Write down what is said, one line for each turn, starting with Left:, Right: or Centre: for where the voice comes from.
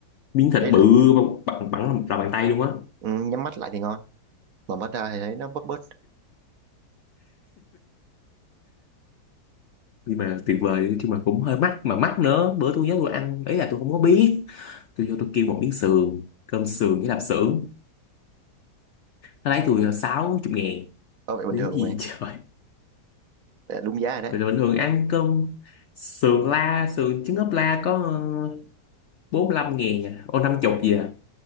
Left: miếng thịt
Right: ý là
Left: bự mà bằng bằng lòng- lòng bàn tay luôn á
Right: ừ, nhắm mắt lại thì ngon mở mắt ra thì thấy nó bớt bớt
Left: nhưng mà tuyệt vời chứ mà cũng hơi mắc mà mắc nữa bữa tôi nhớ tôi ăn ấy là tôi không có biết tôi vô tôi kêu một miếng sườn cơm sườn với lạp xưởng nó lấy tôi sáu chục ngàn
Right: ở vậy bình
Left: nếu
Right: thường
Left: gì
Right: mày
Left: <laughs> trời
Right: Vậy là đúng giá rồi đấy
Left: Vậy là bình thường ăn cơm sườn la sườn trứng ốp la có ờ, bốn mươi lăm ngàn à ô năm chục gì à